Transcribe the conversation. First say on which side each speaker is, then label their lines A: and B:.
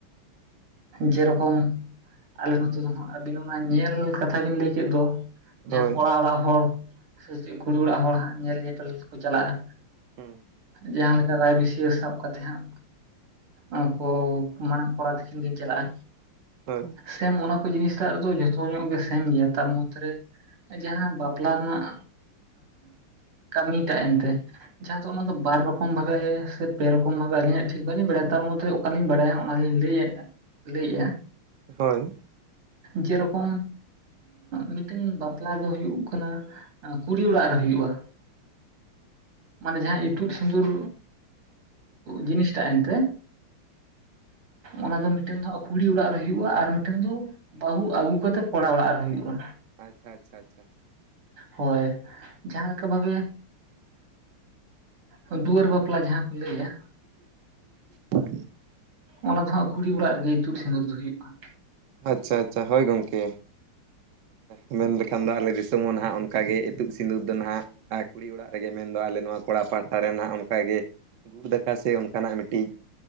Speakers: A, on the right; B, on the right.
A: ᱡᱮᱨᱚᱠᱚᱢ ᱟᱞᱮ ᱱᱚᱛᱮ ᱫᱚ ᱱᱦᱟᱸᱜ, ᱟᱹᱵᱤᱱ ᱚᱱᱟ ᱧᱮᱞ ᱠᱟᱛᱷᱟ ᱵᱤᱱ ᱞᱟᱹᱭ ᱠᱮᱫ ᱫᱚ ᱡᱟᱸᱦᱟᱸ
B: ᱦᱳᱭ
A: ᱠᱚᱲᱟ ᱚᱲᱟᱜ ᱦᱚᱲ ᱥᱮ ᱪᱮᱜ ᱠᱩᱲᱤ ᱚᱲᱟᱜ ᱦᱚᱲ ᱦᱟᱸᱜ ᱧᱮᱞ ᱧᱮᱯᱮᱞ ᱠᱚ ᱪᱟᱞᱟᱜᱼᱟ᱾
B: ᱦᱩᱸ
A: ᱡᱟᱦᱟᱸ ᱞᱮᱠᱟ ᱨᱟᱭᱵᱟᱹᱥᱤᱭᱟᱹ ᱥᱟᱵ ᱠᱟᱛᱮ ᱦᱟᱸᱜ᱾ ᱩᱝᱠᱩ ᱢᱟᱲᱟᱝ ᱠᱚᱲᱟ ᱛᱤᱠᱤᱱ ᱠᱤᱱ ᱪᱟᱞᱟᱜᱼᱟ᱾
B: ᱦᱳᱭ ᱾
A: ᱥᱮᱢ ᱚᱱᱟ ᱠᱚ ᱡᱤᱱᱤᱥᱴᱟᱜ ᱨᱮᱫᱚ ᱡᱷᱚᱛᱚ ᱧᱚᱜ ᱜᱮ ᱥᱮᱢ ᱜᱮᱭᱟ, ᱛᱟᱨ ᱢᱚᱫᱽᱫᱷᱮ ᱨᱮ ᱡᱟᱦᱟᱸ ᱵᱟᱯᱞᱟ ᱨᱮᱱᱟᱜ ᱠᱟᱹᱢᱤᱴᱟᱜ ᱮᱱᱛᱮ ᱡᱟᱦᱟᱸ ᱫᱚ ᱚᱱᱟ ᱫᱚ ᱵᱟᱨ ᱨᱚᱠᱚᱢ ᱵᱷᱟᱵᱮ ᱥᱮ ᱯᱮ ᱨᱚᱠᱚᱢ ᱵᱷᱟᱵᱮ ᱟᱹᱞᱤᱧᱟᱜ ᱴᱷᱤᱠ ᱵᱟᱹᱞᱤᱧ ᱵᱟᱲᱟᱭᱟ ᱾ ᱛᱟᱨ ᱢᱚᱫᱽᱫᱷᱮ ᱵᱟᱞᱤᱧ ᱵᱟᱲᱟᱭᱟ ᱚᱱᱟᱞᱤᱧ ᱞᱟᱹᱭᱟᱜᱼᱟ ᱞᱟᱹᱭᱮᱜᱼᱟ
B: ᱦᱳᱭ ᱾
A: ᱡᱮᱨᱚᱠᱚᱢ ᱢᱤᱴᱟᱹᱱ ᱵᱟᱯᱞᱟ ᱫᱚ ᱦᱩᱭᱩᱜ ᱠᱟᱱᱟ ᱠᱩᱲᱤ ᱚᱲᱟᱜ ᱨᱮ ᱦᱩᱭᱩᱜᱼᱟ᱾ ᱢᱟᱱᱮ ᱡᱟᱦᱟᱸ ᱤᱸᱛᱩᱫ ᱥᱤᱸᱫᱩᱨ ᱡᱤᱱᱤᱥᱴᱟᱜ ᱮᱱᱛᱮ ᱚᱱᱟ ᱫᱚ ᱢᱤᱜᱴᱮᱱ ᱫᱚ ᱦᱟᱸᱜ ᱠᱩᱲᱤ ᱚᱲᱟᱜ ᱨᱮ ᱦᱩᱭᱩᱜᱼᱟ ᱟᱨ ᱢᱤᱜᱴᱮᱱ ᱫᱚ ᱵᱟᱦᱩ ᱟᱹᱜᱩ ᱠᱟᱛᱮ ᱠᱚᱲᱟ ᱚᱲᱟᱜ ᱨᱮ ᱦᱩᱭᱩᱜᱼᱟ᱾
B: ᱟᱪᱪᱷᱟ ᱟᱪᱪᱷᱟ ᱟᱪᱪᱷᱟ ᱾
A: ᱦᱳᱭ, ᱡᱟᱦᱟᱸ ᱞᱮᱠᱟ ᱵᱷᱟᱵᱮ ᱮᱸ ᱫᱩᱣᱟᱹᱨ ᱵᱟᱯᱞᱟ ᱡᱟᱦᱟᱸ ᱠᱚ ᱞᱟᱹᱭᱟ
B: <inaudible>
A: ᱚᱱᱟ ᱫᱚ ᱦᱟᱸᱜ ᱠᱩᱲᱤ ᱚᱲᱟᱜ ᱨᱮᱜᱮ ᱤᱛᱩᱫ ᱥᱤᱸᱫᱩᱨ ᱫᱚ ᱦᱩᱭᱩᱜᱼᱟ ᱾
B: ᱟᱪᱪᱷᱟ, ᱟᱪᱪᱷᱟ, ᱦᱳᱭ ᱜᱚᱝᱠᱮ᱾ ᱦᱮᱸ, ᱢᱮᱱ ᱞᱮᱠᱷᱟᱱ ᱫᱚ ᱟᱞᱮ ᱫᱤᱥᱚᱢ ᱦᱚᱸ ᱱᱟᱦᱟᱜ ᱚᱱᱠᱟᱜᱮ ᱤᱛᱩᱫ ᱥᱤᱸᱫᱩᱨ ᱫᱚ ᱱᱟᱦᱟᱜ ᱟ ᱠᱩᱲᱤ ᱚᱲᱟᱜ ᱨᱮᱜᱮ ᱢᱮᱱᱫᱚ ᱟᱞᱮ ᱱᱚᱣᱟ ᱠᱚᱲᱟ ᱯᱟᱣᱴᱷᱟ ᱨᱮᱱ ᱦᱟᱸᱜ ᱚᱱᱠᱟᱜᱮ ᱜᱩᱲ ᱫᱟᱠᱟ ᱥᱮ ᱚᱱᱠᱟᱱᱟᱜ ᱢᱤᱜᱴᱤᱡ